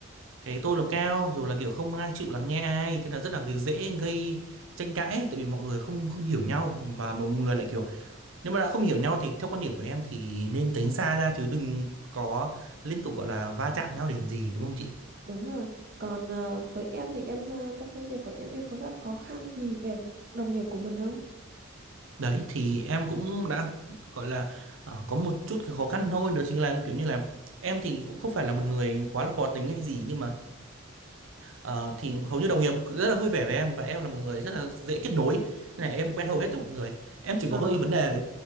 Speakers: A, on the right; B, on the right.
A: cái tôi là cao rồi là kiểu không ai chịu lắng nghe ai thế là rất là cái dễ gây tranh cãi ấy, tại vì mọi người không không hiểu nhau mà mọi người lại kiểu nếu mà đã không hiểu nhau thì theo quan điểm của em thì nên tránh xa ra chứ đừng có liên tục gọi là va chạm nhau để làm gì đúng không chị?
B: đúng rồi còn ờ, với em thì em ờ, trong công việc của em em có gặp khó khăn gì về đồng nghiệp của mình không
A: Đấy thì em cũng đã gọi là ờ, có một chút cái khó khăn thôi đó chính là kiểu như là em thì cũng không phải là một người quá là khó tính hay gì nhưng mà ờ, thì hầu như đồng nghiệp rất là vui vẻ với em và em là một người rất là dễ kết nối nên là em quen hầu hết tất cả mọi người em chỉ
B: ờ
A: có hơi vấn đề với